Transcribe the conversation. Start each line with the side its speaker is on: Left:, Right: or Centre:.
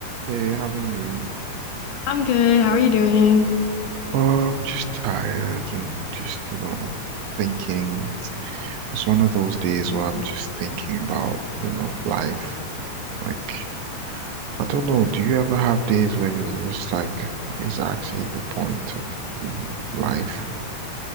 Right: Hey, how are you?
Left: I'm good. How are you doing?
Right: Um, just tired and just, you know, thinking. It's one of those days where I'm just thinking about, you know, life. Like, I don't know, do you ever have days where you're just like, what is actually the point of, you know, life?